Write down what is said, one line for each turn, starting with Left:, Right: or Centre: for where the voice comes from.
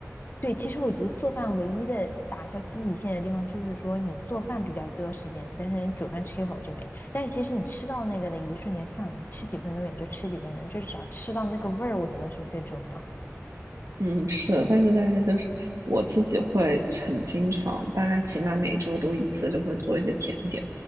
Left: 对。其实我觉得做饭唯一的打消积极性的地方，就是说你做饭比较多时间，但是你煮饭吃一会儿就没。但是其实你吃到那个的一瞬间算了，吃几分钟也就吃几分钟，就只要吃到那个味儿，我觉得是最重要
Right: 嗯，是，但是但是就是我自己会很经常，大概起码每周都一次就会做一些甜点，